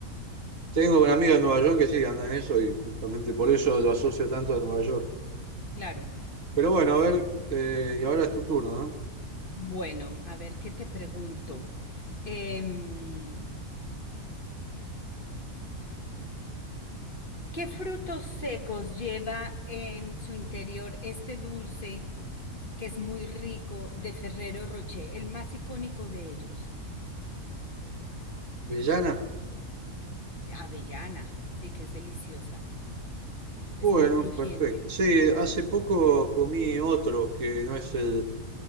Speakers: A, on the right; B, on the left.
A: Tengo una amiga en Nueva York que sí anda en eso y justamente por eso lo asocio tanto a Nueva York.
B: Claro,
A: Pero bueno,
B: sí.
A: a ver, eh, y ahora es tu turno, ¿no?
B: Bueno, a ver, ¿qué te pregunto? Em, ¿qué frutos secos lleva en su interior este dulce que es muy rico de Ferrero Rocher, el más icónico de ellos?
A: ¿Vellana?
B: Avellana, sí, que es deliciosa,
A: Bueno,
B: es muy crujiente.
A: perfecto. Sí, hace poco comí otro que no es el